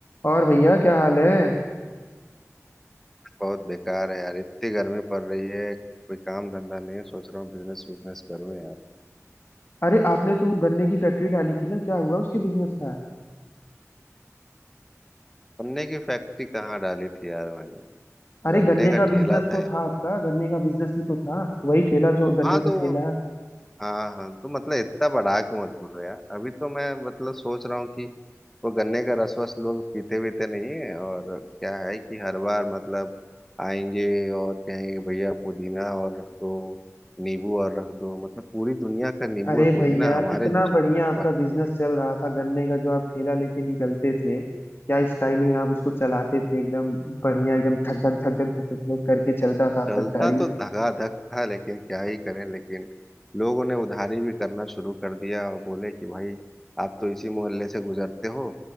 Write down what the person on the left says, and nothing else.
और भैया क्या हाल है
अरे आपने तो वो गन्ने की फैक्ट्री डाली थी ना क्या हुआ उसके बिजनेस का
अरे
गन्ने
का
बिजनेस
तो
था आपका गन्ने का बिजनेस भी तो था वही ठेला जो गन्ने
का
ठेला
अरे
भैया
इतना
बढ़िया
आपका
बिजनेस
चल रहा था गन्ने का जो आप ठेला लेके निकलते थे क्या स्टाइल में आप उसको चलाते थे एकदम बढ़िया एकदम धक धक धक धक धक धक धक करके चलता था आपका
गाड़ी